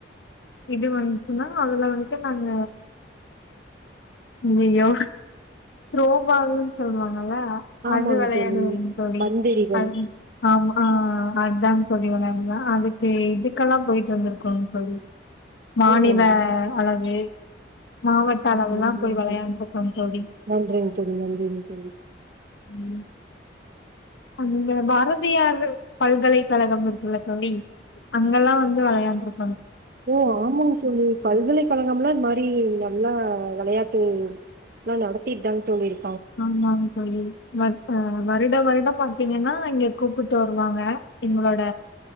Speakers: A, on the left; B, on the right.
A: இது வந்துச்சுனா அதுல வந்துட்டு நாங்க ங்கயோ துரோ பால்னு சொல்லுவாங் ஆனா
B: ஆமாங்க
A: அது வெளையாடுவங்க
B: தோழி
A: தோழி
B: பந்தெறிதல்
A: அது ஆமா ஆ அதாங் தோழி வெளையாடுவே அதுக்கு இதுக்கெல்லா போயிட்டு வந்திருக்கோ தோழி மாநில
B: ஓ ம்
A: அளவு மாவட்ட அளவுல்லா
B: நன்றிங்க
A: போய் வெளையாண்டுருக்கோம் தோழி
B: நன்றிங்க தோழி நன்றிங்க தோழி
A: உம் அந்த பாரதியார் பல்கலைக்கழகம் இருக்குள்ள தோழி அங்கெல்லா வந்து வெளையாண்டிருக்
B: ஓ ஆமாங்க தோழி பல்கலைக்கழகம்லா இந் மாரி எல்லா வெளையாட்டு லா நடத்திட்டாங் தோழி இரு
A: ஆமாங்க தோழி வ வா வ வருட வருட பாத்தீங்கன்னா இங்க கூப்புட்டு வருவாங்க எங்களோட